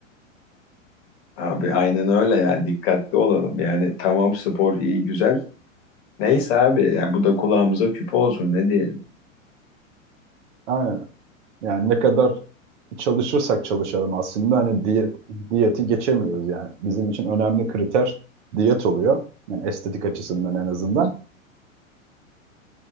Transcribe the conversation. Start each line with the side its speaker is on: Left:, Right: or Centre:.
Left: Abi aynen öyle yani dikkatli olalım. Yani tamam spor iyi güzel. Neyse abi ya bu da kulağımıza küpe olsun ne diyelim.
Right: Aynen. Yani ne kadar çalışırsak çalışalım aslında hani diyet, diyeti geçemiyoruz yani. Bizim için önemli kriter diyet oluyor. Yani estetik açısından en azından.